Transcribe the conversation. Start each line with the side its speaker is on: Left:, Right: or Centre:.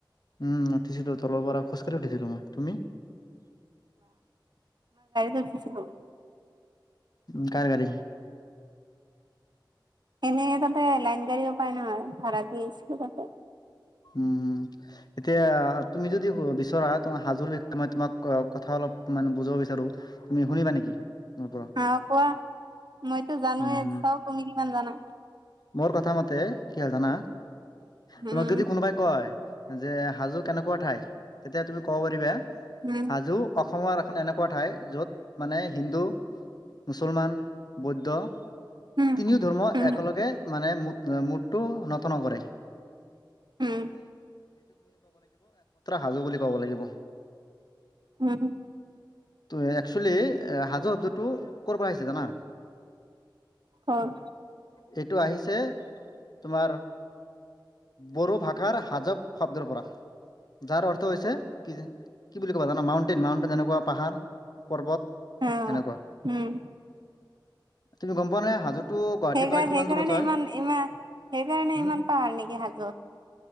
Left: উম উঠিছিলো তলৰ পৰা খোজকাঢ়ি উঠিছিলো মই তুমি
Right: দেখিছিলো
Left: উম কাৰ গাড়ী
Right: এনে তাতে লাইন গাড়ী পায় নহয় ভাড়া দিছিলো তাতে
Left: উমম এতিয়া তুমি যদি বিচৰা তোমাৰ হাজোৰ বিষয় মই তোমাক কথা অলপ মানে বুজাব বিচাৰো তুমি শুনিবা নেকি মোৰ পৰা?
Right: আহ কোৱা মইতো জানোয়ে
Left: উম, হুম।
Right: চাও তুমি কিমান জানা
Left: মোৰ কথা মতে কি হাল জানা
Right: উম
Left: তোমাক যদি কোনোবাই কয় যে হাজো কেনেকুৱা ঠাইত তেতিয়া তুমি ক'ব পাৰিবা
Right: উম
Left: হাজো অসমৰ এখন এনেকুৱা ঠাই য'ত মানে হিন্দু মুছলমান বৌদ্ধ
Right: উম
Left: তিনিও ধৰ্ম
Right: উম
Left: একেলগে <unintelligible> কবলাগিব একমাত্ৰ
Right: উম
Left: হাজো বুলি কব লাগিব'
Right: উম
Left: ত একচুৱেলি হাজু শব্দ টো ক'ৰ পৰা আহিছে জানা?
Right: হয়
Left: এইটো আহিছে তোমাৰ বড়ো ভাষাৰ হাজব শব্দৰ পৰা যাৰ অৰ্থ হৈছে কি কি বুলি ক'ব জানা মাউণ্টেইন, মাউণ্টেইন যেনেকুৱা পাহাৰ -পৰ্বত।
Right: অ
Left: এনেকুৱা
Right: উম।
Left: তুমি গম পোৱা নহয় হাজোতো গুৱাহাটীৰ
Right: সেইকাৰ
Left: পৰা কিমান
Right: সেইকাৰণে
Left: দূৰত হয়
Right: ইমান ইমান সেইকাৰণে
Left: উম
Right: ইমান পাহাৰ নেকি হাজোত